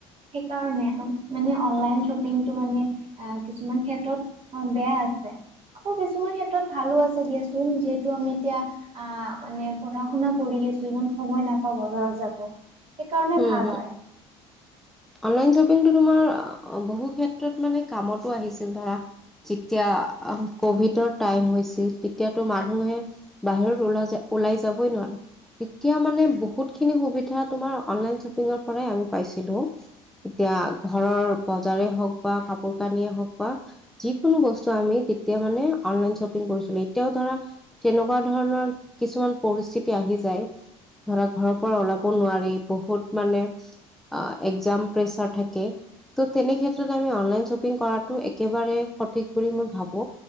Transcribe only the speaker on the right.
সেইকাৰণে মানে অনলাইন শ্বপিংটো মানে কিছুমান ক্ষেত্ৰত বেয়া আকৌ কিছুমান ক্ষেত্ৰত ভালো আছে দিয়াচোন যিহেতু আমি এতিয়া আহ মানে পঢ়া শুনা কৰি আছো ইমান সময় নাপাওঁ বজাৰত যাব। সেইকাৰণে
ভাল
হয়